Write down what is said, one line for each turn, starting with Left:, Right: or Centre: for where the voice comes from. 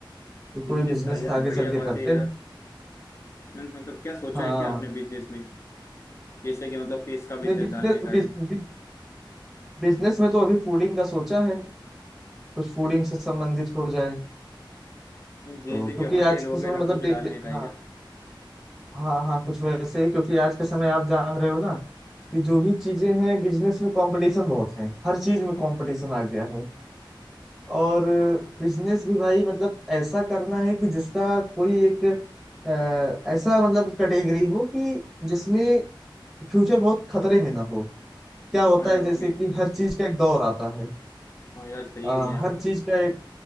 Centre: कि
Left: बिजनेस
Centre: कोई बिजनेस
Left: का यार
Centre: आगे
Left: बढ़िया
Centre: चल के करते
Left: बात है यार
Centre: हैं
Left: मीन्स मतलब क्या सोचा
Centre: हाँ
Left: है क्या आपने बिजनेस में जैसे कि मतलब कि इसका बिजनेस
Centre: नहीं बिजनेस
Left: डालने का है
Centre: बिजनेस में तो अभी फूडिंग का सोचा है कुछ फूडिंग से संबंधित हो जाए
Left: मीन्स जैसे
Centre: तो क्योंकि
Left: कि होटल
Centre: आज के
Left: वगैरह
Centre: समय मतलब
Left: कुछ
Centre: देखिए
Left: डालने का है
Centre: हाँ
Left: क्या
Centre: हाँ हाँ कुछ वैसे ही क्योंकि आज के समय आप जान रहे हो ना कि जो भी चीजें हैं बिजनेस में कंपटीशन बहुत है हर चीज में कंपटीशन आ गया है और बिजनेस भी भाई मतलब ऐसा करना है कि जिसका कोई एक अ, ऐसा मतलब कैटेगरी हो कि जिसमें फ्यूचर बहुत खतरे में ना हो क्या होता
Left: हाँ यार
Centre: है जैसे
Left: वो भी
Centre: कि हर चीज का एक दौर आता है
Left: हाँ यार सही
Centre: अ,
Left: है यार
Centre: हर चीज का एक